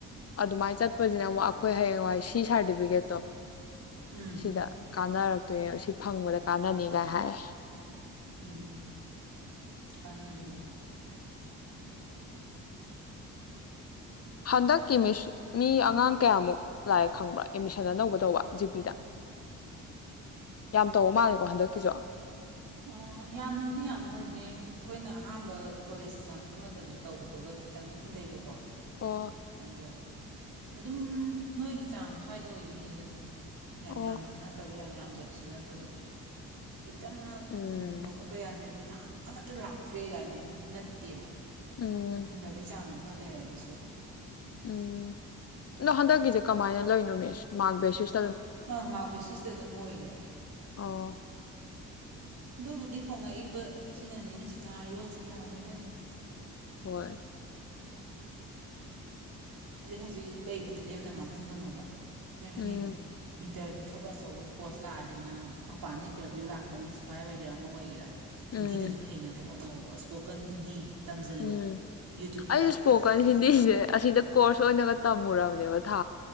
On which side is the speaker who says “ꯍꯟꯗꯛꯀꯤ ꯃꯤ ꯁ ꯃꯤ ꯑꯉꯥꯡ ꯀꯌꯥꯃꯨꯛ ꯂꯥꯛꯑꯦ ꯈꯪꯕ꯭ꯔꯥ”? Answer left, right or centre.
Left